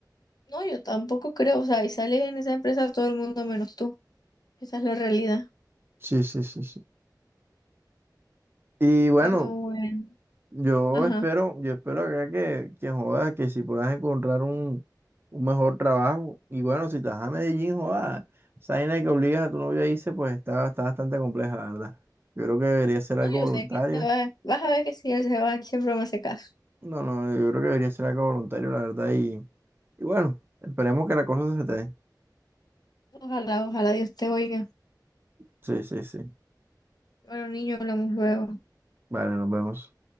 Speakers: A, on the left; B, on the right.
A: No, yo tampoco creo, o sea, y sale en esa empresa todo el mundo menos tú. Esa es la realidad.
B: Sí, sí, sí, sí. Y bueno,
A: Pero bueno,
B: Yo
A: ajá.
B: espero, yo espero acá que, que jodas, que si puedas encontrar un, un mejor trabajo. Y bueno, si estás a Medellín, jodas, esa vaina que obligas a tu novio a irse, pues está, está bastante compleja, la verdad. Yo creo que debería ser
A: No,
B: algo
A: yo
B: voluntario.
A: sé que él se va. Vas a ver que si él se va, él siempre me hace caso.
B: No, no, yo creo que debería ser algo voluntario, la verdad. Y, y bueno, esperemos que la cosa se te dé.
A: Ojalá, ojalá Dios te oiga.
B: Sí, sí, sí.
A: Bueno, niño, hablamos luego.
B: Vale, nos vemos.